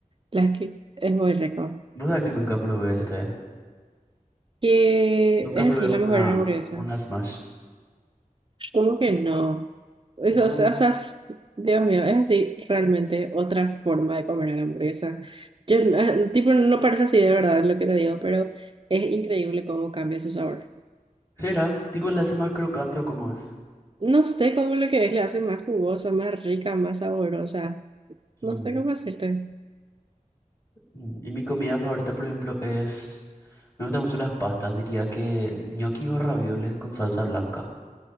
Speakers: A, on the right (about 40°); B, on the left (about 20°).
A: Las que es muy rico.
B: Vos sabés que nunca probé ese té.
A: Que
B: Nunca
A: es
B: probé
A: así la
B: una,
A: mejor hamburguesa.
B: una smash.
A: ¿Cómo que no? Eso,
B: No.
A: o sea, o sea, es- Dios mío, es así realmente otra forma de comer la hamburguesa. Yo, eh, tipo, no parece así de verdad lo que te digo, pero es increíble cómo cambia su sabor.
B: ¿Será? ¿Tipo la hace más crocante o cómo es?
A: No sé cómo lo que es le hace más jugosa, más rica, más saborosa.
B: Mm,
A: No sé cómo decirte.
B: Mm, Y mi comida favorita, por ejemplo, es... Me gustan mucho las pastas. Diría que ñoquis o ravioles con salsa blanca.